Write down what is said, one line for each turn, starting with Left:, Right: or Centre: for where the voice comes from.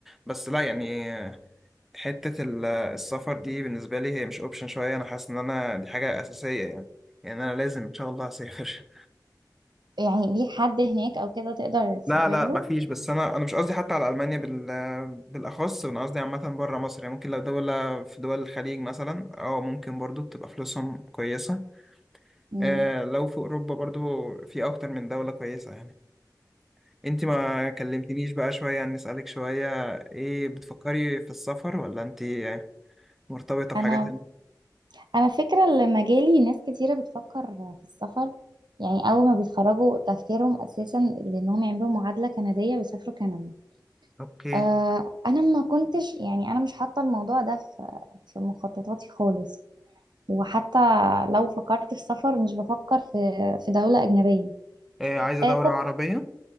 Centre: بس لا يعني آه، حتة ال- السفر دي بالنسبة لي هي مش اوبشن شوية انا حاسس ان انا دي حاجة اساسية يعني يعني انا لازم ان شاء الله اسافر
Right: يعني ليك حد هناك أو كده تقدر تسافر
Centre: لا لا
Right: له
Centre: مفيش بس انا انا مش قصدي حتى على المانيا بال بالاخص انا قصدي عامه بره مصر يعني ممكن لو دوله في دول الخليج مثلا اه ممكن برضو بتبقى فلوسهم كويسه
Right: مم.
Centre: آه لو في اوروبا برضو في اكتر من دوله كويسه يعني انت ما كلمتنيش بقى شويه عن نسالك شويه ايه بتفكري في السفر ولا انت مرتبطه بحاجات
Right: أنا
Centre: هنا
Right: انا فكرة اللي مجالي ناس كتيرة بتفكر في السفر يعني اول ما بيتخرجوا تفكيرهم اساسا لانهم يعملوا معادلة كندية ويسافروا كندا
Centre: اوكي
Right: آه انا ما كنتش يعني انا مش حاطة الموضوع ده في في مخططاتي خالص وحتى لو فكرت في سفر مش بفكر في في دولة اجنبية
Centre: آه عايزه دوله
Right: آه،
Centre: عربيه